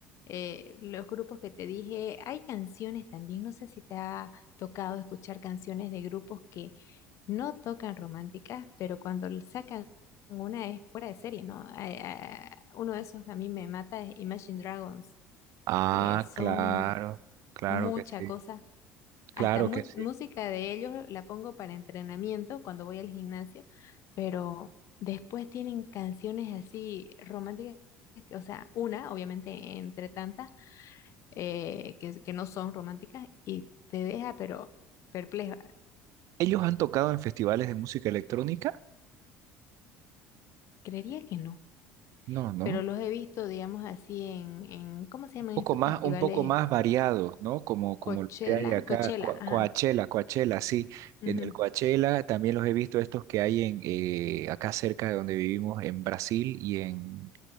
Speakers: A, on the left (about 55°); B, on the right (about 65°).
A: eh, los grupos que te dije. Hay canciones también, no sé si te ha tocado escuchar canciones de grupos que no tocan románticas, pero cuando l- sacan una es fuera de serie, ¿no? Ay, ah, uno de esos que a mí me mata es Imagine Dragons,
B: Ah,
A: que son
B: claro, claro
A: mucha
B: que sí,
A: cosa. Hasta
B: claro
A: mu-
B: que sí.
A: música de ellos la pongo para entrenamiento cuando voy al gimnasio, pero después tienen canciones así románticas, que- o sea, una, obviamente, entre tantas, eh, que, que no son románticas y te deja, pero perpleja.
B: ¿Ellos han tocado en festivales de música electrónica?
A: Creería que no,
B: No, no.
A: pero los he visto, digamos así, en, en ¿cómo se llaman
B: Un poco
A: estos
B: más,
A: festivales?
B: un poco más variados, ¿no? Como, como
A: Coachella,
B: lo que hay acá,
A: Coachella,
B: Coa-
A: ajá.
B: Coachella, Coachella, sí.
A: ujú.
B: En el Coachella también los he visto estos que hay en eh, acá cerca de donde vivimos, en Brasil y en